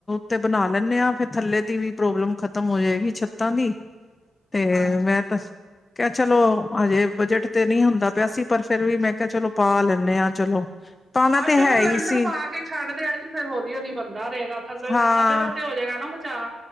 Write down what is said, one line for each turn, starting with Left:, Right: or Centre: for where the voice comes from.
Left: ਤੇ ਬਣਾ ਲੈਂਨੇ ਆ ਫੇਰ ਥੱਲੇ ਦੀ ਵੀ ਪ੍ਰੋਬਲਮ ਖ਼ਤਮ ਹੋ ਜਾਏਗੀ ਛੱਤਾਂ ਦੀ। ਤੇ
Right: ਹਾਂਜੀ
Left: ਮੈਂ ਤਾਂ ਕ ਚਲੋ ਹਜੇ ਬਜਟ ਤੇ ਨਹੀਂ ਹੁੰਦਾ ਪਿਆ ਸੀ ਪਰ ਫਿਰ ਵੀ ਮੈਂ ਕਿਹਾ ਚਲੋ ਪਾ ਲੈਣਾ। ਦੇ ਆ ਚਲੋ, ਪਾਣਾ
Right: ਆਹ
Left: ਤੇ
Right: ਚਲੋ
Left: ਹੈ ਹੀ
Right: ਲੈਂਡਰ
Left: ਸੀ
Right: ਪਾ ਕੇ ਛੱਡ ਦ ਆ ਜੀ ਫੇਰ ਹੌਲੀ ਹੌਲੀ ਬੰਦਾ ਰਹੇਗਾ ਥੱਲੇ
Left: ਹਾਂ
Right: ਫੇਰ ਥੱਲੇ ਦਾ ਤੇ ਹੋ ਜਾਏਗਾ ਨਾ। ਚ